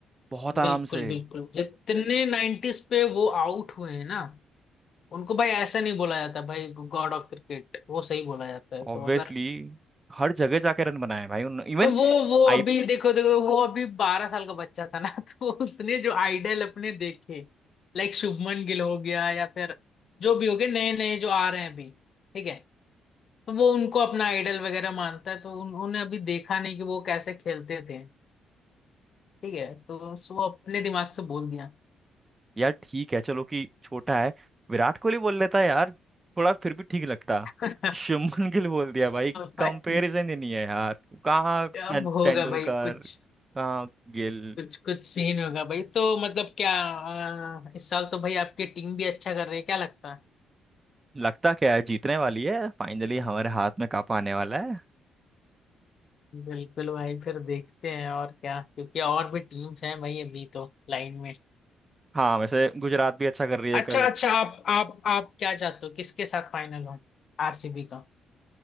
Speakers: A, on the right (about 25°); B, on the left (about 55°).
A: बहुत आराम
B: बिल्कुल
A: से
B: बिल्कुल जितने 90s पे वो आउट हुए हैं ना उनको भाई ऐसा नहीं बोला जाता भाई गॉड ऑफ क्रिकेट वो सही बोला जाता है
A: ऑब्वियसली
B: तो अगर
A: हर जगह जाके रन बनाए भाई उन इवन
B: तो वो वो
A: आई
B: अभी देखो देखो वो अभी बारह साल का बच्चा था ना <laughs> तो उसने जो आइडल अपने देखे लाइक शुभमन गिल हो गया या फिर जो भी हो गए नए नए जो आ रहे हैं अभी ठीक है तो वो उनको अपना आइडल वगैरह मानता है तो उन्होंने अभी देखा नहीं कि वो कैसे खेलते थे ठीक है तो उस- वो अपने दिमाग से बोल दिया
A: यार ठीक है चलो कि छोटा है विराट कोहली बोल लेता है यार थोड़ा फिर भी ठीक लगता
B: <laughs>
A: शुभमन गिल बोल दिया भाई
B: भाई
A: कंपैरिजन ही नहीं है यार कहाँ सन-
B: अब होगा
A: तेंदुलकर
B: भाई कुछ
A: कहाँ गिल
B: कुछ कुछ सीन होगा भाई तो मतलब क्या आ, इस साल तो भाई आपकी टीम भी अच्छा कर रही है क्या लगता है
A: लगता क्या है जीतने वाली है फाइनली हमारे हाथ में कप आने वाला है
B: बिल्कुल भाई फिर देखते हैं और क्या क्योंकि और भी टीम्स हैं भाई अभी तो लाइन में
A: हाँ वैसे गुजरात भी अच्छा कर रही है
B: अच्छा
A: कल
B: अच्छा आप आप आप क्या चाहते हो किसके साथ फाइनल हो आरसीबी का